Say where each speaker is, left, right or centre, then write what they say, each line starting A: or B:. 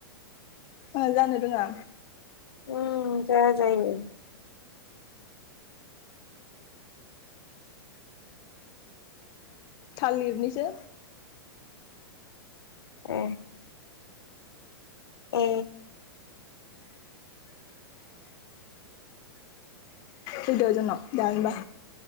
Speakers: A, on the left; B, on the left.
A: ओ जानो रोङा
B: उम जाजायो
A: थालिरनिसो
B: ए ओ
A: फैद'जोंनाव जोनोबा